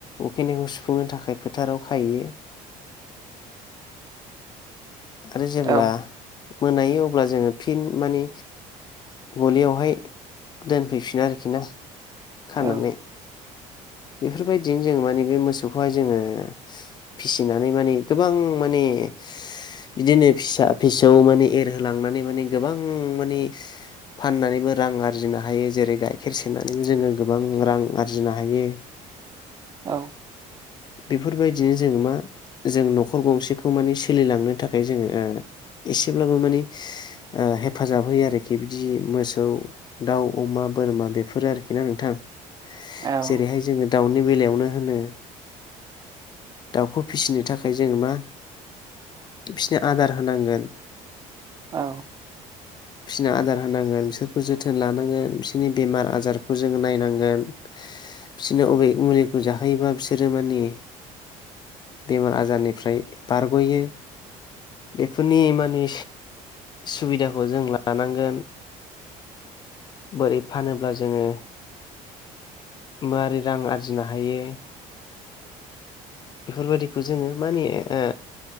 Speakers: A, on the left; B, on the right.
A: उखैनायखौ सुफुंनो थाखाय फोथाराव खायो <inaudible> आरो जेब्ला
B: औ
A: मोनायो अब्ला जोङो फिन माने गलियावहाय दोनफैफिनो आरोखि ना खानानै
B: औ
A: बेफोरबायदिनो जोङो माने बे मोसौखौहाय जोङो फिसिनानै माने गोबां माने <unintelligible> बिदिनो फिसा फिसौ माने एरहोलांनानै माने गोबां माने फाननानैबो रां आरजिनो हायो जेरै गाइखेर सेरनानैबो जोङो गोबां रां आरजिनो हायो।
B: औ।
A: बेफोरबायदिनो जों मा जों न'खर गंसेखौ माने सोलिलांनो थाखाय जोङो ओ एसेब्लाबो मानि ओ हेफाजाब होयो आरोखि बिदि मोसौ, दाउ, अमा बोरमा बेफोरो आरोखि ना नोंथां।
B: औ।
A: जेरैहाय जोङो दाउनि बेलायावनो होनो दाउखौ फिसिनो थाखाय जोङो मा बिसोरनो आदार होनांगोन
B: औ।
A: फिसिना आदार होनांगोन, बिसोरखौ जोथोन लानांगोन, बिसोरनि बेमार आजारखौ जोङो नायनांगोन बिसोरनो अबे मुलिखौ जाहोयोबा बिसोरो माने बेमार आजारनिफ्राय बारग'यो बेफोरनि मानि सुबिदाखौ जों लानांगोन बोरै फानोब्ला जोङो मारै रां आरजिनो हायो बेफोरबायदिखौ जोङो माने ओ